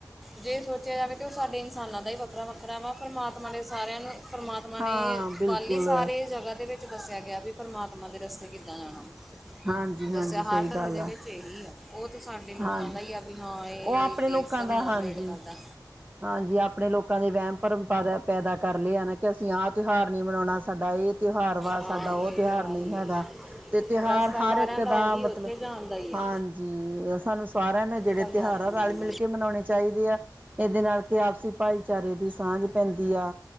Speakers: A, in the centre; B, on the right.
A: ਜੇ ਸੋਚਿਆ ਜਾਵੇ ਤਾਂ ਉਹ ਸਾਡੇ ਇਨਸਾਨਾਂ ਦਾ ਹੀ ਵੱਖਰਾ ਵੱਖਰਾ ਵਾ, ਪਰਮਾ ਮਾਤਮਾ ਨੇ ਸਾਰਿਆਂ ਨੂੰ, ਪਰਮਾਤਮਾ
B: ਹਾਂ
A: ਨੇ
B: ਬਿਲਕੁਲ
A: ਵਾਲ ਹੀ ਸਾਰੇ ਜਗ੍ਹਾ ਦੇ ਵਿੱਚ ਵੱਸਿਆ ਗਿਆ ਵੀ ਪਰਮਾਤ ਤਮਾ ਦੇ ਰਸਤੇ ਕਿੱਦਾਂ ਜਾਣਾ ਵਾਂ,
B: ਹਾਂਜੀ
A: ਦੱਸਿਆ
B: ਹਾਂਜੀ
A: ਹਰ
B: ਸਹੀ
A: ਧਰਮ
B: ਗੱਲ
A: ਦੇ
B: ਆ
A: ਵਿੱਚ ਇਹੀ ਆ ਉਹ ਤੇ ਸਾਡੇ ਲੋਕਾਂ
B: ਹਾਂਜੀ
A: ਦਾ ਹੀ ਹੈ ਵੀ, ਹਾਂ ਇਹ
B: ਉਹ ਆਪਣੇ ਲੋਕਾਂ
A: ਇਸ ਧਰਮ
B: ਦਾ
A: ਨਾਲ
B: ਹਾਂਜੀ
A: ਰਿਲੇਟ ਕਰਦਾ
B: ਹਾਂਜੀ, ਆਪਣੇ ਲੋਕਾਂ ਦੇ ਵਹਿਮ ਭਰਮ ਪੈਦਾ ਪੈਦਾ ਕਰ ਲਏ। <unintelligible> ਕਿ ਅਸੀਂ ਆਹ ਤਿਉਹਾਰ ਨਹੀਂ ਮਨਾਉਣਾ, ਸਾਡਾ ਇਹ ਤਿਉਹਾਰ ਵਾ,
A: ਹਾਂ
B: ਸਾਡਾ
A: ਇਹ
B: ਉਹ ਤਿਉਹਾਰ
A: ਤੇ ਹਾਲ
B: ਨਹੀਂ
A: ਹੀ
B: ਹੈਗਾ। ਤੇ
A: ਆ।
B: ਤਿਉਹਾਰ
A: ਰਸਤਾ
B: ਹਰ
A: ਸਾਰਿਆਂ
B: ਇੱਕ ਦਾ
A: ਉਹੀ
B: ਮਤਲਬ,
A: ਉੱਥੇ ਜਾਣ ਦਾ ਹੀ ਆ
B: ਹਾਂਜੀ ਸਾਨੂੰ ਸਾਰਿਆਂ ਨੂੰ ਜਿਹੜੇ
A: ਪਰਮਾਤਮਾ
B: ਤਿਉਹਾਰ ਆ, ਰਲ
A: ਨਾਲ
B: ਮਿਲ ਕੇ ਮਨਾਉਣੇ ਚਾਹੀਦੇ ਆ। ਇਹਦੇ ਨਾਲ ਕਿ ਆਪਸੀ ਭਾਈਚਾਰੇ ਦੀ ਸਾਂਝ ਪੈਂਦੀ ਆ,